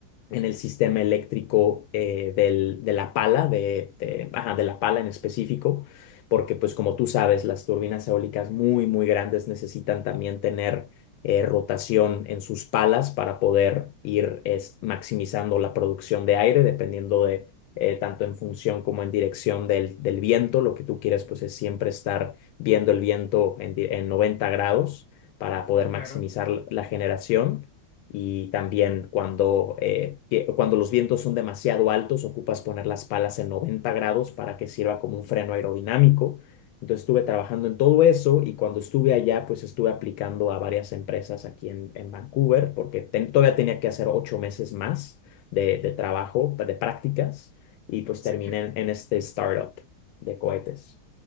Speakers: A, on the left; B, on the left.
A: en el sistema eléctrico eh, del- de la pala, de, de- ajá, de la pala en específico, porque pues como tú sabes, las turbinas eólicas muy, muy grandes necesitan también tener eh, rotación en sus palas para poder ir es, maximizando la producción de aire, dependiendo de eh, tanto en función como en dirección del, del viento. Lo que tú quieres pues es siempre estar viendo el viento en, di- en 90 grados para poder maximizar
B: Claro,
A: la generación y también cuando, eh, que- cuando los vientos son demasiado altos, ocupas poner las palas en 90 grados para que sirva como un freno aerodinámico. Entonces estuve trabajando en todo eso y cuando estuve allá, pues estuve aplicando a varias empresas aquí en, en Vancouver porque ten- todavía tenía que hacer ocho meses más de, de trabajo, de prácticas y pues
B: sí.
A: terminé
B: Y, f-
A: en en este startup de cohetes.